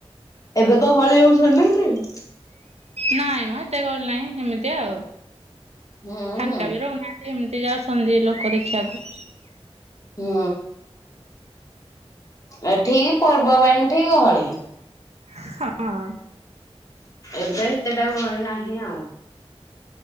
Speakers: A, on the left; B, on the right.
A: ଏବେ ଗହଳି ହଉଛନ୍ତି ନାଇଁ?
B: ନାଇଁ ମ ଏତେ ଗହଳି ନାଇଁ ହେମିତି ଆଉ
A: ହୁଁ
B: ଫାଙ୍କା ବି ରହୁନା ଏମିତି ଯାଉଛନ୍ତି ଲୋକ ଦେଖିଆକୁ।
A: ହୁଁ। ଏ ଠିକ ପର୍ବବାଣିୀ ଠିକ ଗହଳି।
B: ହଁ ହଁ।
A: ଏବେ ସେତେଟା ଗହଳି ନାହିଁ ଆଉ।